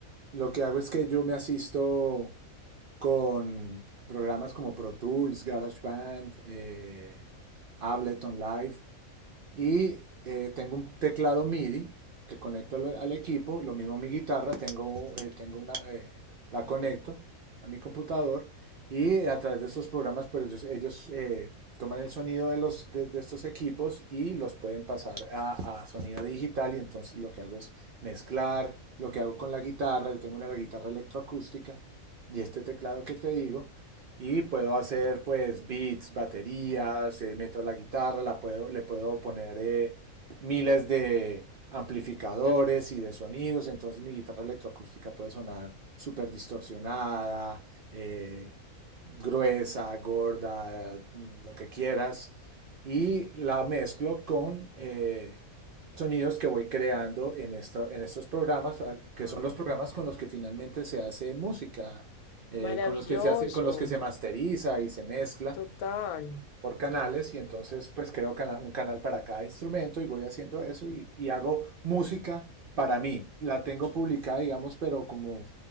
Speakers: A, on the right; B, on the left.
A: lo que hago es que yo me asisto con programas como Pro Tools, GarageBand, eh, Ableton Live, y eh, tengo un teclado MIDI que conecto al, al equipo, lo mismo mi guitarra, tengo, eh, tengo una, eh, la conecto a mi computador y a través de estos programas, pues ellos, ellos, eh, toman el sonido de, los, de, de estos equipos y los pueden pasar a, a sonido digital y entonces lo que hago es mezclar lo que hago con la guitarra, yo tengo una la guitarra electroacústica y este teclado que te digo y puedo hacer pues beats, baterías, eh, meto la guitarra, la puedo, le puedo poner eh, miles de amplificadores y de sonidos, entonces mi guitarra electroacústica puede sonar súper distorsionada, eh, gruesa, gorda, lo que quieras, y la mezclo con eh, sonidos que voy creando en, esta- en estos programas, ah, que
B: ah,
A: son los programas
B: bueno.
A: con los que finalmente se hace música eh,
B: Maravilloso,
A: con los que se hace, con los que se masteriza y se mezcla
B: total.
A: por canales y entonces pues creo cana un canal para cada instrumento y voy haciendo eso y, y, hago música para mí. La tengo publicada, digamos, pero como,